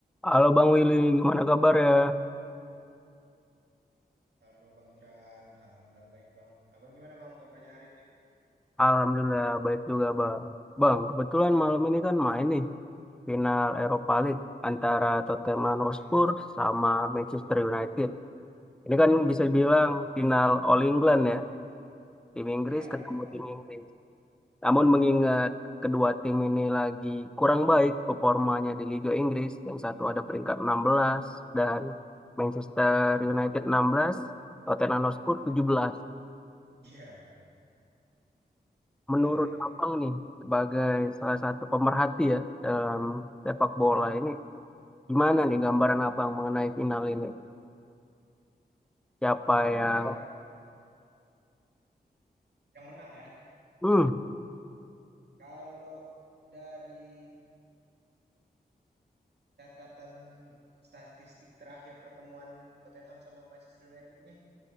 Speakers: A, in the centre; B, on the right (about 85°).
A: Halo Bang Willy, gimana kabar ya?
B: Halo Bang Jeran, Alhamdulillah baik Bang. Abang gimana Bang kabarnya hari ini?
A: Alhamdulillah baik juga Bang. Bang, kebetulan malam ini kan main nih final Europa League antara Tottenham Hotspur
B: Ya,
A: sama Manchester United. Ini kan bisa
B: tuh.
A: dibilang final All England ya, tim Inggris
B: Ya,
A: ketemu
B: betul banget.
A: tim
B: <laughs>
A: Inggris. Namun mengingat kedua tim ini lagi kurang baik performanya di Liga Inggris, yang satu ada peringkat 16 dan Manchester United 16, Tottenham Hotspur 17.
B: Iya, deketan
A: menurut
B: kan.
A: Abang nih sebagai salah satu pemerhati ya dalam sepak bola ini gimana nih gambaran Abang mengenai final ini? Siapa
B: Sebenarnya
A: yang
B: ya, Bang, yang menang ya.
A: hmm,
B: Kalau dari catatan statistik terakhir pertemuan Tottenham sama Manchester United nih